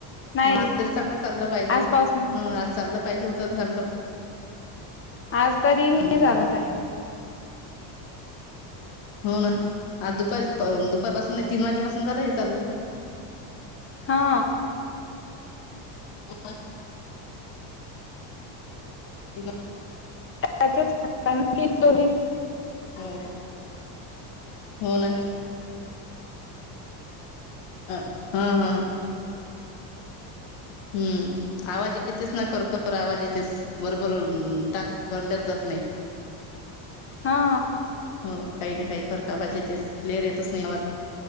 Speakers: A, on the left (about 25°); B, on the left (about 70°).
A: नाही
B: मग आज तरी चांगलं चाललं पाहिजे.
A: आज पाऊस नाही
B: हम आज चाललं पाहिजे होतं चांगलं.
A: आज तरी नीट
B: हम्म
A: चालत आहे.
B: हो ना आज दुपारी दुपार पाासून नाही तीन वाजेपासून झालं हे चालू.
A: हा
B: <inaudible> <inaudible>
A: <inaudible> किती <inaudible>
B: हो हो ना. अ, हा - हा हम्म आवाज येतेच ना खर खर आवाज येतेच. बरोबर ताक भरल्याच जात नाही.
A: हा
B: हो काही ना काही खरकाबाजे तेच क्लेअर येतच नाही आवाज.